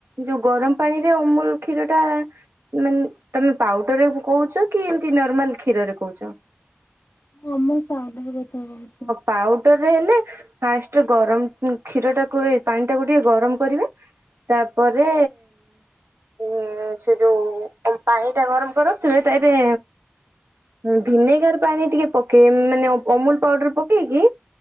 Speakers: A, on the right; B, on the left.
A: ଯଉ ଗରମ୍ ପାଣି ରେ ଅମୂଲ୍ କ୍ଷୀର ଟା ମାନେ ପାଉଡର୍ ରେ କହୁଚ କି ଏମିତି ନର୍ମାଲ୍ କ୍ଷୀରରେ କହୁଚ?
B: ମୁଁ ଅମୂଲ୍ ପାଉଡର୍ କଥା କହୁଚି।
A: ପାଉଡର୍ ରେ ହେଲେ ଫାଷ୍ଟେ ଗରମ୍ କ୍ଷୀର ଟାକୁ ଏ- ପାଣି ଟାକୁ ଟିକେ ଗରମ୍ କରିବେ ତାପରେ ଏ ସେ ଯଉ ଅ-ପାଣି ଟା ଗରମ୍ କରି ରଖିଥିବେ <unintelligible> ଭିନେଗାର୍ ପାଣି ଟିକେ ପକେଇ ମାନେ ଅ- ଅମୂଲ୍ ପକେଇକି